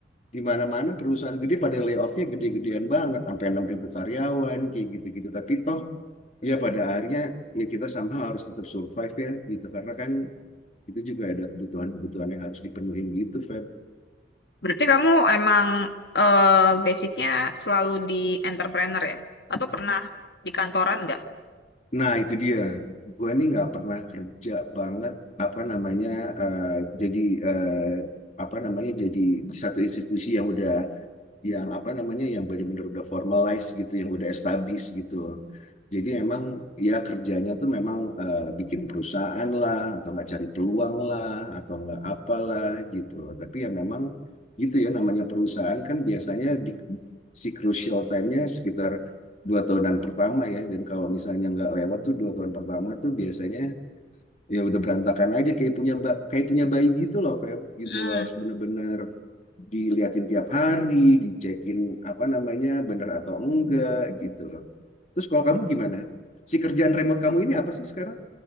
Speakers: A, on the left; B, on the left.
A: di mana-mana perusahaan gede pada layoffnya gede-gedean banget sampai 6.000 karyawan kayak gitu-gitu tapi toh ya pada akhirnya ya kita sama harus tetap survive ya gitu karena kan itu juga ada kebutuhan-kebutuhan yang harus dipenuhin gitu Fe.
B: berarti kamu emang eh, basicnya selalu di entrepreneur ya atau pernah di kantoran nggak
A: Nah, itu dia. Gue nih nggak pernah kerja banget apa namanya eh, jadi eh, apa namanya jadi di satu institusi yang udah yang apa namanya yang benar-benar udah formalize gitu yang udah established gitu loh. Jadi emang ya kerjanya tuh memang eh, bikin perusahaan lah atau nggak cari peluang lah atau nggak apalah gitu. Tapi ya memang gitu ya namanya perusahaan kan biasanya di, si crucial time-nya sekitar dua tahunan pertama ya dan kalau misalnya nggak lewat tuh dua tahun pertama tuh biasanya ya udah berantakan aja kayak punya ba- kayak punya bayi gitu loh Feb gitu
B: Hmm.
A: loh harus bener-bener diliatin tiap hari, dicekin apa namanya bener atau enggak gitu loh. Terus kalau kamu gimana? Si kerjaan remote kamu ini apa sih sekarang